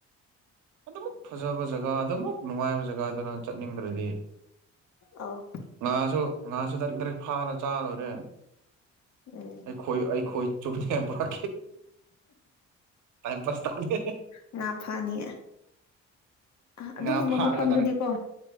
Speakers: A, on the right; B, on the left.
A: ꯑꯗꯨꯃꯛ ꯐꯖꯕ ꯖꯒꯥ ꯑꯗꯨꯃꯛ ꯅꯨꯡꯉꯥꯏꯕ ꯖꯒꯥ ꯑꯗꯨ ꯅꯪ ꯆꯠꯅꯤꯡꯗ꯭ꯔꯗꯤ
B: ꯑꯧ
A: ꯉꯥꯁꯨ ꯉꯥꯁꯨ ꯗꯥꯔꯛ ꯔꯛ ꯐꯥꯔ ꯆꯥꯂꯨꯔꯦ
B: ꯎꯝ
A: ꯑꯩꯈꯣꯏ ꯑꯩꯈꯣꯏ ꯆꯨꯝꯅꯦ ꯄꯨꯔ ꯄꯥꯁ ꯇꯧꯅꯤ
B: ꯉꯅꯥꯐꯥꯅꯤ ꯑꯗꯨꯒꯨꯝꯕ
A: ꯉꯥ ꯐꯥꯔꯒ
B: ꯃꯐꯝꯗꯨꯗꯤꯀꯣ
A: ꯗꯥꯏꯔꯦꯛ